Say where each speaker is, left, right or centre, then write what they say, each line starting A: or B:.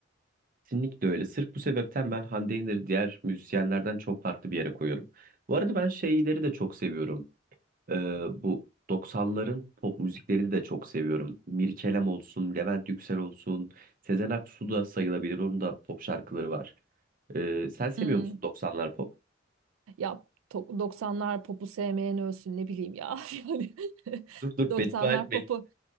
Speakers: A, on the right; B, on the right.
A: Kesinlikle öyle. Sırf bu sebepten ben Hande Yener'i diğer müzisyenlerden çok farklı bir yere koyuyorum. Bu arada ben şeyleri de çok seviyorum. Ee, bu doksanların pop müziklerini de çok seviyorum. Mirkelam olsun, Levent Yüksel olsun, Sezen Aksu da sayılabilir. Onun da pop şarkıları var. Ee, sen seviyor
B: Hmm.
A: musun doksanlar pop?
B: Ya to- 90'lar popu sevmeyen ölsün ne bileyim ya. <laughs> Yani
A: Dur dur
B: doksanlar
A: beddua etme.
B: popu